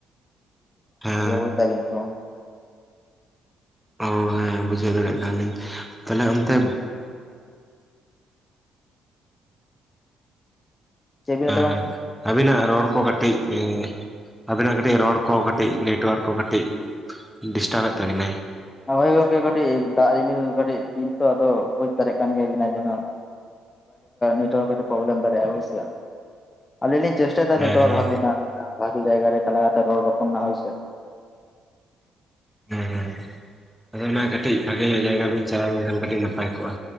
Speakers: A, in the centre; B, on the left.
A: ᱦᱮᱸ
B: ᱵᱩᱡᱽ ᱫᱟᱵᱤᱱ ᱛᱚ ᱾
A: ᱦᱩᱸ ᱦᱮᱸ ᱵᱩᱡᱷᱟᱹᱣ ᱫᱟᱲᱮᱜ ᱠᱟᱱ ᱞᱤᱧ ᱛᱟᱞᱦᱮ ᱚᱱᱛᱮ᱾
B: ᱪᱮᱫ ᱵᱤᱱ ᱞᱟᱹᱭ ᱫᱟ ᱜᱚᱝᱠᱮ
A: ᱦᱮᱸ ᱟᱵᱤᱱᱟᱜ ᱨᱚᱲ ᱠᱚ ᱠᱟᱹᱴᱤᱡ ᱵᱤᱱ᱾ ᱟᱵᱤᱱᱟᱜ ᱠᱟᱴᱤᱡ ᱨᱚᱲ ᱠᱚ ᱠᱟᱴᱤᱡ ᱱᱮᱴᱚᱣᱟᱨᱠ ᱠᱚ ᱠᱟᱴᱤᱡ ᱰᱤᱥᱴᱟᱵᱮᱫ ᱛᱟᱵᱤᱱᱟᱭ᱾
B: ᱦᱳᱭ ᱜᱚᱝᱠᱮ ᱠᱟᱹᱴᱤᱡ ᱫᱟᱜ ᱨᱤᱢᱤᱞ ᱠᱟᱹᱴᱤᱡ ᱫᱤᱱ ᱛᱚ ᱟᱫᱚ ᱵᱩᱡ ᱫᱟᱲᱮᱜ ᱠᱟᱱ ᱜᱮᱭᱟᱵᱤᱱ ᱟᱹᱵᱤᱱ ᱦᱚᱸ᱾ ᱱᱮᱴᱣᱟᱨᱠ ᱠᱟᱴᱤᱜ ᱯᱚᱵᱞᱮᱢ ᱫᱟᱲᱮᱜ ᱟ ᱦᱳᱭ ᱥᱮ ᱟᱞᱤᱧ ᱞᱤᱧ ᱪᱮᱥᱴᱟᱭ ᱫᱟ
A: ᱦᱮᱸ
B: ᱱᱮᱴᱳᱟᱨᱠ ᱵᱷᱟᱜᱤ ᱱᱟ ᱵᱷᱟᱜᱤ ᱡᱟᱭᱜᱟ ᱨᱮ ᱪᱟᱞᱟ ᱛᱮ ᱨᱚᱲ ᱨᱚᱯᱚᱲ ᱨᱮᱱᱟᱜ ᱦᱚᱭ ᱥᱮ᱾
A: ᱦᱩᱸ ᱦᱩᱸ ᱟᱫᱚ ᱚᱱᱟ ᱠᱟᱹᱴᱤᱡ ᱵᱷᱟᱜᱮ ᱧᱚᱜ ᱡᱟᱭᱜᱟ ᱵᱤᱱ ᱪᱟᱞᱟᱣ ᱞᱮᱱᱠᱷᱟᱱ ᱠᱟᱹᱴᱤᱡ ᱱᱟᱯᱟᱭ ᱠᱚᱜ-ᱟ᱾